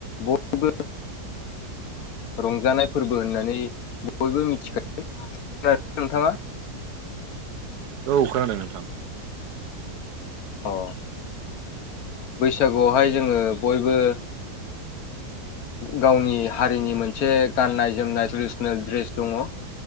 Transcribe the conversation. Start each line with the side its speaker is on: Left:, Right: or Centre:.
Left: बयबो रंजानाय फोरबो होननानै बयबो मिथिखायो नोंथाङा।
Right: औ खोनादों नोंथां।
Left: औ। बैसागुआवहाय जोङो बयबो गावनि हारिनि मोनसे गाननाय जोमनाय ट्रेडिसनेल दड्रेस दङ।